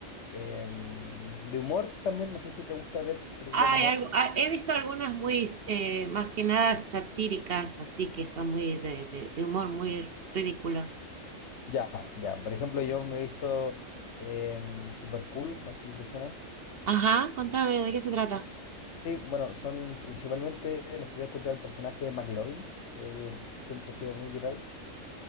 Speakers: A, on the left; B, on the right.
A: em, de humor también. No sé si te gusta ver películas
B: Hay
A: de humor.
B: algo, ah, he visto algunas muy, eh, más que nada satíricas, así que son muy de, de- de humor muy ridículo.
A: Ya, ya. Por ejemplo, yo me he visto em, Super Cool. No sé si te suena.
B: Ajá, contame, ¿de qué se trata?
A: Sí, bueno, son principalmente, no sé si has escuchado el personaje de McLovin, que, que siempre ha sido muy viral.